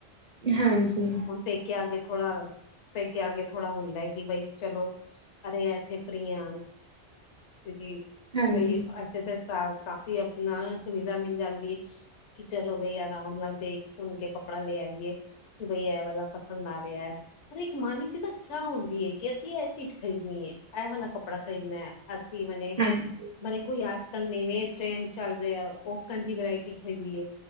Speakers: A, on the right; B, on the left.
A: ਹਾਂਜੀ।
B: ਪੇਕੇ ਆਗੇ ਥੋੜਾ ਪੇਕੇ ਆਕੇ ਥੋੜਾ ਹੁੰਦਾ ਕਿ ਬਈ ਚਲੋ ਅਰੇ ਇੱਥੇ ਫਰੀ ਆ ਕਿਉਂਕਿ
A: ਹਾਂਜੀ,
B: ਬਈ ਇਥੇ ਤੇ ਸਾ ਕਾਫੀ ਆਪਣਾ ਸੁਵਿਧਾ ਮਿਲ ਜਾਂਦੀ ਏ ਚਲੋ ਬਾਈ ਆਰਾਮ ਨਾਲ ਦੇਖ ਸੁੰਘ ਕੇ ਕੱਪੜਾ ਲੈ ਆਈਏ। ਬਈ ਐ ਵਾਲਾ ਪਸੰਦ ਆ ਰਿਹਾ। ਪਰ ਇੱਕ ਮਾਨ ਵਿੱਚ ਨਾ ਚਾਹ ਹੁੰਦੀ ਐ ਕਿ ਅਸੀਂ ਇਹ ਚੀਜ਼ ਖਰੀਦਣੀ ਐ। ਇਹ ਵਾਲਾ ਕੱਪੜਾ <unintelligible> ਅਸੀਂ <unintelligible>
A: ਹਾਂਜੀ,
B: ਨਾਲੇ ਕੋਈ ਅੱਜ ਕੱਲ੍ਹ ਨਵੇਂ ਟ੍ਰੈਂਡ ਚੱਲ ਰਿਹਾ ਓਕਨ ਜਿਵੇਂ ਵਰਾਇਟੀ ਖਾਦੀ ਐ।